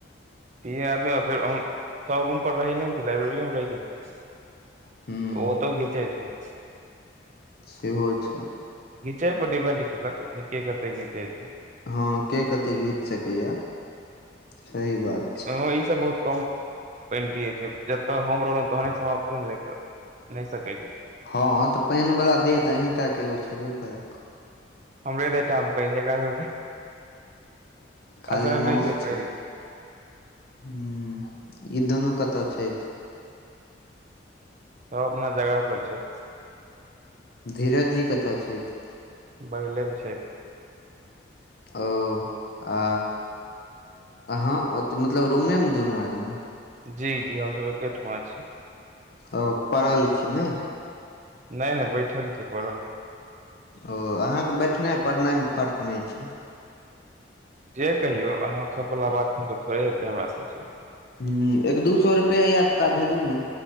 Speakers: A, on the right; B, on the left.
A: तीन आदमी फ़ेर हम सब रूम पर रहैे नै ने छै लाइब्रेरीये मे रहै छै ओ
B: हूँ
A: त घीचेय छै
B: सेहो छै
A: घीचै पर दीपेंड कलक जे के कते घीचै छै
B: हँ के कते घीच सकैया सही बात छै
A: हँ ई सब बहुत कम पैन पियै छै जतऽ हम रहलहु तहने समाप्त नहि सकै छै
B: हँ तऽ पानि वला देह तऽ अहींटाके एगो छेबे करै
A: हमरे देहटामे पानि छै एकरा सबके
B: खाली
A: असर
B: माउस
A: नहि छै पानिके
B: हूँ ई दुनू कतऽ छथि
A: सब अपना जगह पर छै
B: धीरजजी कतऽ छैथ
A: बगलेमे छैथ
B: ओ आ अहाँ ओ तऽ मतलब रूमेमे दुनू आदमी
A: जी जी हमसभ एकेठुमा छी
B: ओ पड़ल छी नै
A: नहि नहि बैठल छियै पड़ल नै
B: ओ अहाँके बैठनाइ पड़नाइमे फर्क नहि छै
A: जे कहियौ अहाँ सब वला बात हम तऽ थोड़े हेतै हमरा सबसे
B: ह्म एक दू सौ रुपैया ये तऽ ता भेजू नऽ